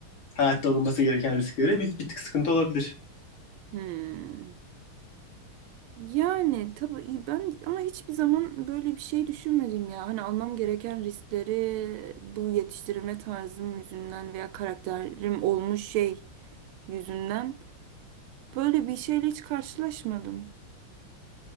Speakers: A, on the left; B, on the right.
A: hayatta alınması gereken riskleri biz bir tık sıkıntı olabilir.
B: Hmm. Yani tabii iyi, ben ama hiçbir zaman böyle bir şey düşünmedim ya. Hani almam gereken riskleri bu yetiştirilme tarzım yüzünden veya karakterim olmuş şey yüzünden böyle bir şeyle hiç karşılaşmadım.